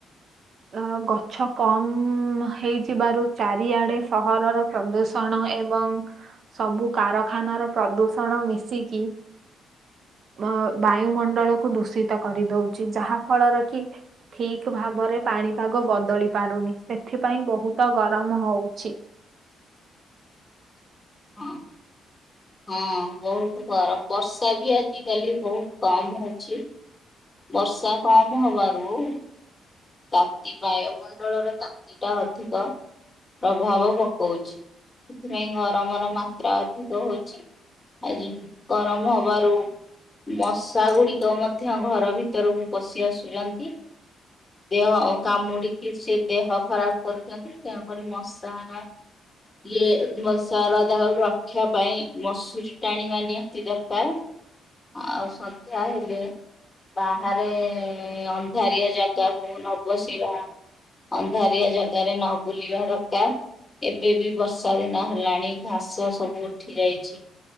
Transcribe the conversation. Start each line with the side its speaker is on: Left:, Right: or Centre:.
Right: ଅ ଗଛ କମ ହେଇଥିବାରୁ ଚାରିଆଡେ ସହରର ପ୍ରଦୂଷଣ ଏବଂ ସବୁ କାରଖାନାର ପ୍ରଦୂଷଣ ମିଶିକି ବ ବାୟୁମଣ୍ଡଳକୁ ଦୂଷିତ କରି ଦଉଚି ଯାହା ଫଳର କି ଠିକ୍ ଭାବରେ ପାଣିପାଗ ବଦଳି ପାରୁନି ସେଥିପାଇଁ ବହୁତ ଗରମ ହଉଛି।
Left: ହଁ। ହଁ ବହୁତ ଗରମ, ବର୍ଷା ବି ଆଜିକାଲି ବହୁତ କମ ହଉଚି। ବର୍ଷା କମ ହବାରୁ ତାତି ବାୟୁମଣ୍ଡଳର ତାତିଟା ଅଧିକ ପ୍ରଭାବ ପକଉଛି, ସେଥିପାଇଁ ଗରମର ମାତ୍ରା ଅଧିକ ହୋଉଛି। ଆଜି ଗରମ ହବାରୁ ମଶା ଗୁଡ଼ିକ ମଧ୍ୟ ଘର ଭିତରକୁ ପଶି ଆସୁଚନ୍ତି। ଦେହ କାମୁଡିକି ସିଏ ଦେହ ଖରାପ କରୁଛନ୍ତି। ଏଠି ଆମର ମଶା ହରା ଇଏ ମଶାର ଦାଉ ରକ୍ଷା ପାଇଁ ମଶୁରୀ ଟାଣିବା ନିହାତି ଦରକାର। ଆଉ ସଂଧ୍ୟା ହେଲେ ବାହାରେ ଅନ୍ଧାରିଆ ଜାଗାକୁ ନ ବସିବା। ଅନ୍ଧାରିଆ ଜାଗାରେ ନ ବୁଲିବା ଦରକାର। ଏବେ ବି ବର୍ଷା ଦିନ ହେଲାଣି ଘାସ ସବୁ ଉଠି ଯାଇଚି।